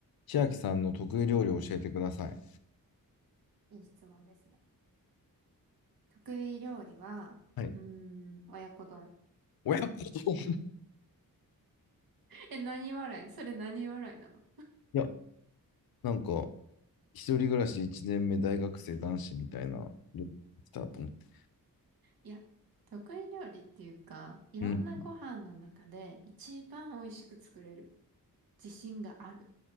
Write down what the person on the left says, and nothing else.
千秋さんの得意料理を教えてください。
はい。
親子丼
<laughs> いや、なんか、一人暮らし1年目大学生男子みたいな、来たと思って。
うん。